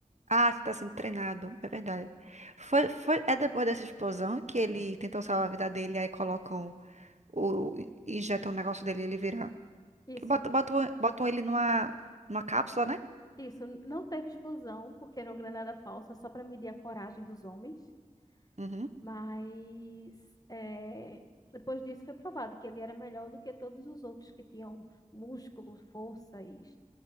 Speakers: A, on the right; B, on the left.
A: ah, que tá sendo treinado. É verdade. Foi, foi... É depois dessa explosão que ele tentou salvar a vida dele, aí colocam o. Injetam o negócio dele e ele vira.
B: Isso,
A: Botam, botam, botam ele numa, numa cápsula, né?
B: isso. Não teve explosão, porque era uma granada falsa, só para medir a coragem dos homens.
A: Uhum.
B: Mas é, depois disso foi provado que ele era melhor do que todos os outros que tinham músculo, força e es-